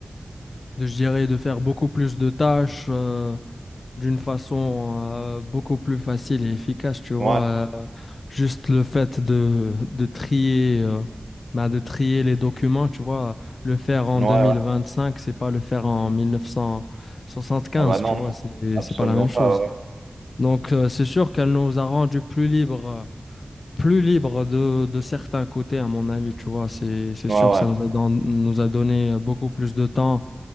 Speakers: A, on the left (about 65°); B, on the right (about 75°).
A: de, je dirais, de faire beaucoup plus de tâches euh, d'une façon euh, beaucoup plus facile et efficace, tu vois.
B: ouais,
A: Euh, juste le fait de, de trier, euh, bah, de trier les documents, tu vois. Le faire en
B: ouais,
A: 2025,
B: ouais.
A: c'est pas le faire en 1975,
B: Ah bah non,
A: tu vois.
B: non,
A: C'est,
B: absolument
A: c'est pas la même chose.
B: pas, ouais,
A: Donc, euh, c'est sûr qu'elle nous a rendus plus libres. euh, plus libre de, de certains côtés, à mon avis, tu vois, c'est, c'est
B: ouais,
A: sûr,
B: ouais,
A: ça nous a, don- nous a donné beaucoup plus de temps